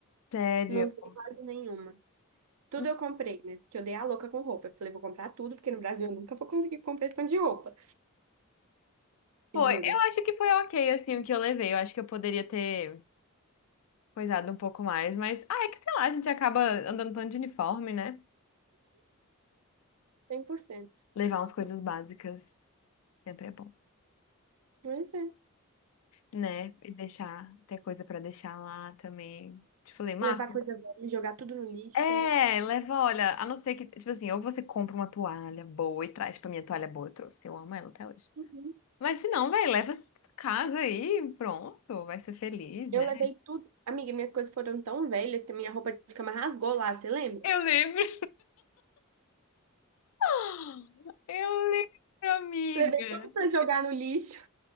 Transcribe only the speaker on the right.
Não usei quase nenhuma. Tudo
eu comprei, né? Porque eu dei a louca com roupa. Eu falei, vou comprar tudo, porque no Brasil eu nunca vou conseguir comprar esse tanto de roupa.
Juro.
cem por cento,
Mas é. né?
Levar coisa velha, jogar tudo no lixo.
Uhum.
Eu
levei tudo. Amiga, minhas coisas foram tão velhas que a minha roupa de cama rasgou lá, você lembra?
Levei tudo pra jogar no lixo.